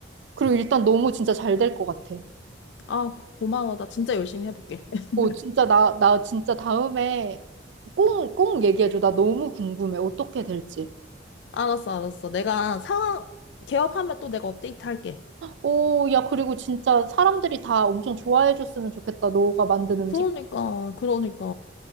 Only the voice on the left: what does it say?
아, 고마워. 나 진짜 열심히 해볼게. <laughs>
알았어, 알았어. 내가 상황 개업하면 또 내가 업데이트 할게.
그러니까, 그러니까.